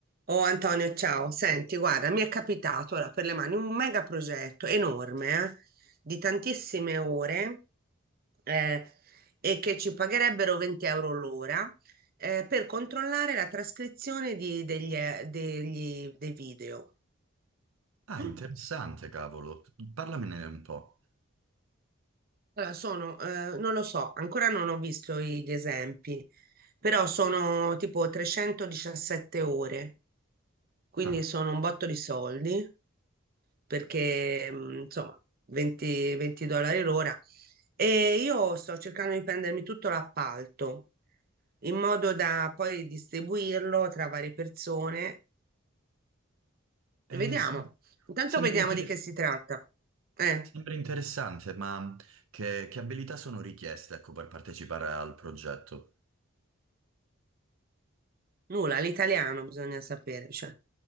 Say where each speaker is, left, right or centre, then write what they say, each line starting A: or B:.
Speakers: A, on the right (about 45°); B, on the right (about 80°).
A: Oh Antonio, ciao. Senti, guarda, mi è capitato ora per le mani un mega progetto enorme, eh, di tantissime ore eh, e che ci pagherebbero 20 euro l'ora eh, per controllare la trascrizione di- degli, eh, degli- dei video.
B: Ah,
A: Mm.
B: interessante, cavolo. Parlamene un po'.
A: Allora, sono, eh, non lo so, ancora non ho visto i- gli esempi, però sono tipo 317 ore, quindi
B: Ah,
A: sono un botto di soldi. perché mh, insomma 20, 20 dollari l'ora. E io sto cercando di prendermi tutto l'appalto in modo da poi distribuirlo tra varie persone.
B: eh,
A: Vediamo.
B: sem-
A: Intanto
B: sembra,
A: vediamo
B: inter-
A: di che si tratta. Eh,
B: sembra interessante, ma che, che abilità sono richieste, ecco, per partecipare al progetto?
A: nulla, l'italiano bisogna sapere, cioè,